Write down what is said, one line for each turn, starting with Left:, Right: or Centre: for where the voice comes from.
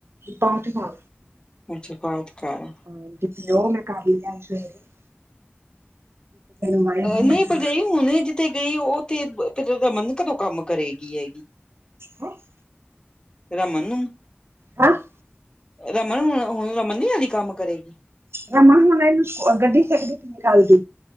Right: ਪਾਠ ਪਾ
Left: ਅੱਛਾ ਪਾਠ ਕਰ
Right: ਹਾਂ ਉਹ ਮੈਂ ਕਾਲ <unintelligible> ਵਾਹਿਗੁਰੂ
Left: ਨਹੀਂ
Right: ਜੀ
Left: ਭਰਜਾਈ ਹੁਨੇ ਜਿ ਤੇ ਗਈ ਉਹ ਤੇ ਫਿਰ ਉਹਦਾ <unintelligible> ਮਨ ਕਦੋਂ ਕੰਮ ਕਰੇਗੀ ਹੈਗੀ।
Right: ਹੂੰ। <unintelligible>
Left: ਰਮਨ ਨੂੰ
Right: ਹੈਂ <unintelligible>
Left: ਰਮਨ ਹੁਣ ਹੁਣ ਰਮਨ ਨੀ ਲੀ ਕੰਮ ਕਰੇਗੀ
Right: ਰਮਨ ਹੁਣੇ ਇਹਨੂੰ ਗੱਡੀ ਸਿੱਖਦੀ ਪਈ ਕੱਲ ਦੀ